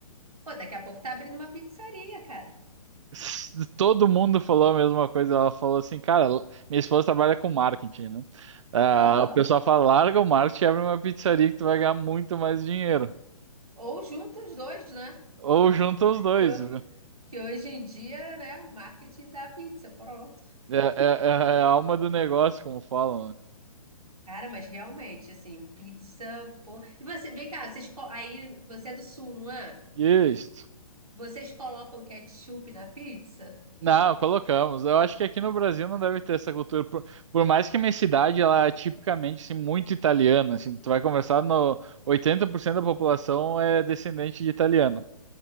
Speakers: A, on the right; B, on the right.
A: Pô, daqui a pouco tá abrindo uma pizzaria, cara.
B: S- Todo mundo falou a mesma coisa. Ela falou assim, cara, minha esposa trabalha com marketing, né? Ah,
A: Aham.
B: o pessoal fala, larga o marketing e abre uma pizzaria que tu vai ganhar muito mais dinheiro.
A: Ou junta os dois, né?
B: Ou junta os dois.
A: Que, ho- que hoje em dia, né, o marketing da pizza, pronto.
B: É, é- é é a alma do negócio, como falam, né?
A: Cara, mas realmente, assim, pizza, pô. E você, vem cá, vocês, co- aí você é do sul, não é?
B: Isso.
A: Vocês colocam ketchup na pizza?
B: Não, colocamos. Eu acho que aqui no Brasil não deve ter essa cultura. Por, por mais que a minha cidade, ela é tipicamente assim, muito italiana. Assim, tu vai conversar no 80% da população é descendente de italiano.